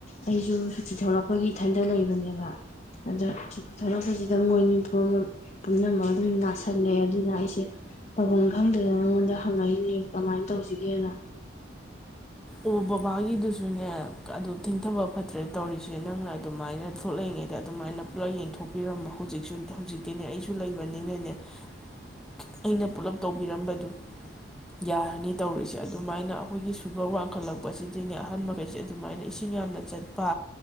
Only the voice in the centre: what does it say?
ꯑꯣ ꯕꯕꯥꯒꯤꯗꯨꯁꯨꯅꯦ ꯑꯗꯨ ꯊꯦꯡꯊꯕ ꯐꯠꯇ꯭ꯔꯦ ꯇꯧꯔꯤꯁꯦ ꯅꯪꯅ ꯑꯗꯨꯃꯥꯏꯅ ꯊꯣꯛꯂꯛꯏꯉꯩꯗ ꯑꯗꯨꯃꯥꯏꯅ ꯄꯨꯂꯞ ꯌꯦꯡꯊꯣꯛꯄꯤꯔꯝꯃꯣ ꯍꯧꯖꯤꯛꯁꯨ ꯍꯧꯖꯤꯛꯇꯤꯅꯦ ꯑꯩꯁꯨ ꯂꯩ ꯅꯤꯅꯅꯦ ꯈꯤꯠ ꯑꯩꯅ ꯄꯨꯂꯞ ꯇꯧꯕꯤꯔꯝꯕꯗꯨ ꯌꯥꯔꯅꯤ ꯇꯧꯔꯤꯁꯦ ꯑꯗꯨꯃꯥꯏꯅ ꯑꯩꯈꯣꯏꯒꯤ ꯁꯨꯒꯔ ꯋꯥꯡ ꯍꯧꯖꯤꯛꯇꯤꯅꯦ ꯑꯍꯟ ꯃꯈꯩꯁꯦ ꯑꯗꯨꯃꯥꯏꯅ ꯏꯁꯤꯡ ꯏꯁꯤꯡ ꯌꯥꯝꯅ ꯆꯠꯄ